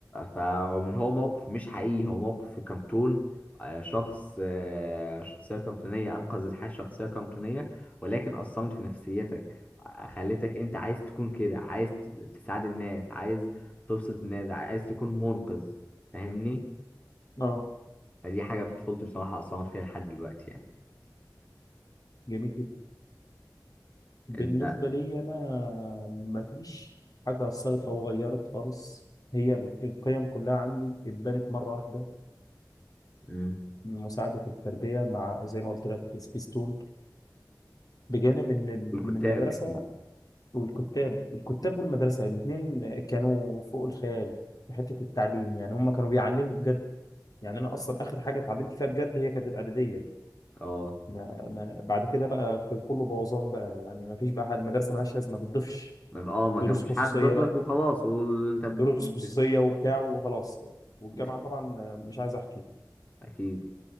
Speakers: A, on the left (about 20°); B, on the left (about 55°).
A: فمن هو موقف مش حقيقي هو موقف في كرتون آه، شخص آه، شخصية كرتونية أنقذت حياة شخصية كرتونية ولكن أثرت في نفسيتك آه، خلتك أنت عايز تكون كده عايز ت- تساعد الناس عايز تبسط الناس عايز تكون منقذ فاهمني
B: اه
A: فدي حاجة في طفولتي بصراحة أثرت فيها لحد دلوقتي يعني
B: جميل جدا بالنسبه
A: أنت
B: لي انا ما فيش حاجه اثرت او غيرت خالص هي ال- القيم كلها عندي اتبنت مره واحده
A: مم.
B: من مساعده التربيه مع زي ما قلت لك سبيستون بجانب ان ال-
A: والكتاب
B: ان المدرسه
A: أكيد
B: والكتاب الكتاب والمدرسه الاثنين كانوا فوق الخيال في حته التعليم يعني هم كانوا بيعلموا بجد يعني انا اصلا اخر حاجه اتعلمت فيها بجد هي كانت الاعداديه
A: أه
B: ما ما بعد كده بقى كان كله بوظان بقى يعني ما فيش بقى حد المدرسه مالهاش لازمه ما بتضيفش
A: ما- اه ما
B: دروس
A: كانش
B: خصوصيه
A: حد ضيف لك
B: بقى
A: وخلاص وانت ب...
B: دروس
A: ب...
B: خصوصيه وبتاع وخلاص والجامعه
A: ب-
B: طبعا مش عايز احكي
A: اكيد